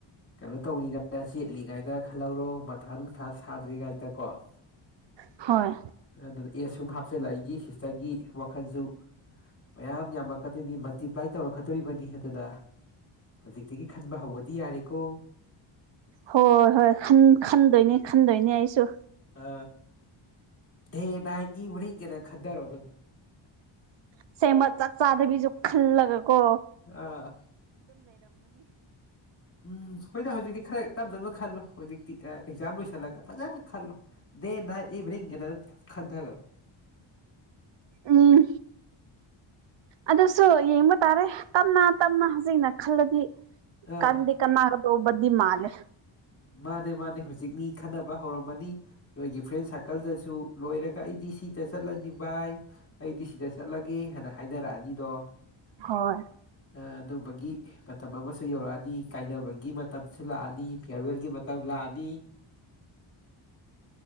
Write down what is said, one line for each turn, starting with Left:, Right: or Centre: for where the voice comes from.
Left: ꯀꯩꯅꯣ ꯇꯧꯔꯤꯉꯥꯏꯗ ꯁꯦꯠꯂꯤꯉꯥꯏꯗ ꯈꯜꯍꯧꯔꯣ ꯃꯊꯥ ꯅꯨꯡꯁꯥ ꯁꯥꯗ꯭ꯔꯤꯉꯥꯏꯗ ꯀꯣ꯫ <inaudible>
Right: ꯍꯣꯏ
Left: ꯑꯗꯨꯅ ꯑꯦꯖ ꯁꯨꯝ ꯍꯥꯞꯆꯤꯜꯂꯩꯒꯤ ꯁꯤꯁꯇꯔꯒꯤ ꯋꯥꯈꯜꯁꯨ ꯃꯌꯥꯝ ꯌꯥꯝꯃꯛꯀꯗꯣꯏꯅꯤ꯫ ꯃꯜꯇꯤꯄ꯭ꯂꯥꯏ ꯇꯧꯔꯛꯀꯗꯣꯔꯤꯕꯅꯤ ꯑꯗꯨꯅ ꯍꯧꯖꯤꯛꯇꯒꯤ ꯈꯟꯕ ꯍꯧꯕꯗꯤ ꯌꯥꯔꯦꯀꯣ꯫
Right: ꯍꯣꯏ ꯍꯣꯏ ꯈꯟꯗꯣꯏꯅꯤ ꯈꯟꯗꯣꯏꯅꯦ ꯑꯩꯁꯨ
Left: ꯑ ꯗꯦ ꯅꯥꯏꯠ ꯏ ꯃꯔꯤꯡꯒꯅ ꯈꯟꯊꯔꯣ ꯑꯗꯨꯝ
Right: ꯑꯁꯦꯡꯕ ꯆꯥꯛ ꯆꯥꯗꯕꯤꯁꯨ ꯈꯜꯂꯒ ꯀꯣ
Left: ꯑꯥ ꯎꯝ ꯍꯣꯏꯗ ꯍꯧꯖꯤꯛꯇꯤ ꯈꯔ ꯇꯞ ꯇꯞꯅ ꯈꯜꯂꯣ ꯍꯧꯖꯤꯛꯇꯤ ꯑꯦꯛꯖꯥꯝ ꯂꯣꯏꯁꯤꯜꯂꯒ ꯐꯖꯅ ꯈꯜꯂꯣ ꯗꯦ ꯅꯥꯏꯠ ꯏꯕꯤꯅꯤꯡ ꯅ ꯈꯟꯗꯈꯔꯣ
Right: ꯎꯝ ꯑꯗꯨꯁꯨ ꯌꯦꯡꯕ ꯇꯥꯔꯦ ꯇꯞꯅ ꯇꯞꯅ ꯍꯧꯖꯤꯛꯅ ꯈꯜꯂꯗꯤ
Left: ꯑꯥ
Right: ꯀꯥꯟꯗ ꯀꯅꯥꯒꯗꯣꯕꯗꯤ ꯃꯥꯥꯂꯦ
Left: ꯃꯥꯅꯦ ꯃꯥꯅꯦ ꯍꯨꯖꯤꯛ ꯃꯤ ꯈꯟꯅꯕ ꯍꯧꯔꯝꯃꯅꯤ ꯅꯣꯏꯒꯤ ꯐ꯭ꯔꯦꯟ ꯁꯥꯔꯀꯜꯗꯁꯨ ꯂꯣꯏꯔꯒ ꯑꯩꯗꯤ ꯁꯤꯗ ꯆꯠꯂꯅꯤ ꯕꯥꯏ ꯑꯩꯗꯤ ꯁꯤꯗ ꯆꯠꯂꯒꯦ ꯍꯥꯏꯅ ꯍꯥꯏꯅꯔꯛꯑꯅꯤꯗꯣ
Right: ꯍꯣꯏ
Left: ꯑꯥ ꯑꯗꯨꯝꯕꯒꯤ ꯃꯇꯝ ꯑꯃꯁꯨ ꯌꯧꯔꯛꯑꯅꯤ ꯀꯥꯏꯅꯕꯒꯤ ꯃꯇꯝꯁꯨ ꯂꯥꯛꯑꯅꯤ ꯐꯥꯌꯔꯋꯦꯜꯒꯤ ꯃꯇꯝ ꯂꯥꯛꯑꯅꯤ